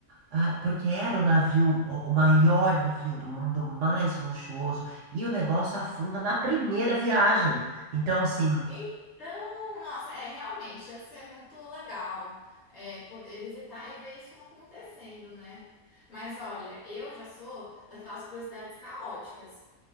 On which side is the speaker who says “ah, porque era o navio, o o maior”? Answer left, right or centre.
Right